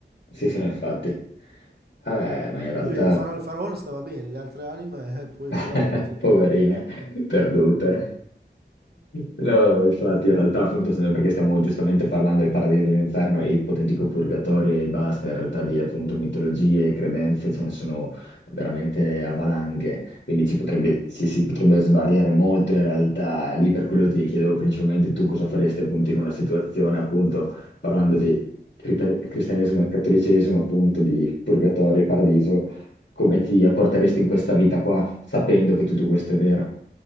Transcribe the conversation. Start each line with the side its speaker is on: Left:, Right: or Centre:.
Left: Sì, sì, no, infatti. Eh, ma in realtà,
Right: lui, il faraone, il faraone stava bene, le altre anime, eh, poi
Left: <laughs>
Right: vabbè, così.
Left: poverine, perdute. No, infatti, in realtà, appunto, se- perché stiamo giustamente parlando del paradiso, dell'inferno e ipotetico purgatorio e basta, in realtà di appunto mitologie e credenze ce ne sono veramente a valanghe, quindi ci potrebbe, si, si potrebbe svariare molto in realtà. Lì per quello ti chiedevo principalmente tu cosa faresti appunto in una situazione, appunto, parlando di crita- cristianesimo e cattolicesimo, appunto, di purgatorio e paradiso, come ti apporteresti in questa vita qua, sapendo che tutto questo è vero,